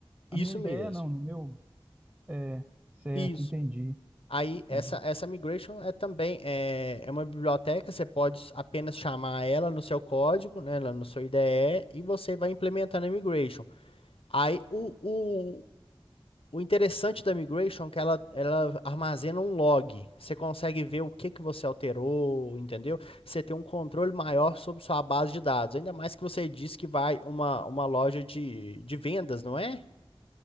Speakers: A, on the right; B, on the left.
A: A
B: Isso
A: minha IDE
B: mesmo.
A: não, no meu. É, certo,
B: Isso.
A: entendi,
B: Aí
A: entendi.
B: essa essa migration é também é, é uma biblioteca, você pode apenas chamar ela no seu código, né, lá no seu IDE e e você vai implementando a migration. Aí o, O interessante da migration é que ela, ela armazena um log. Você consegue ver o que que você alterou, entendeu? Você tem um controle maior sobre sua base de dados. Ainda mais que você disse que vai uma, uma loja de, de vendas, não é?